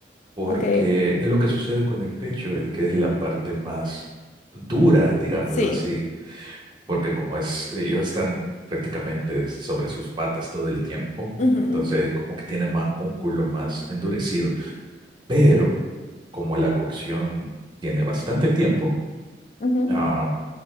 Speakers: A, on the right; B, on the left.
A: porque
B: Ok,
A: lo que sucede con el pecho es que es la parte más dura, digámoslo
B: sí.
A: así, porque como es, ellos están prácticamente sobre sus patas todo el tiempo,
B: Ujú,
A: entonces como que tiene más músculo, más endurecido, pero como la cocción tiene bastante tiempo,
B: ujú.
A: ah,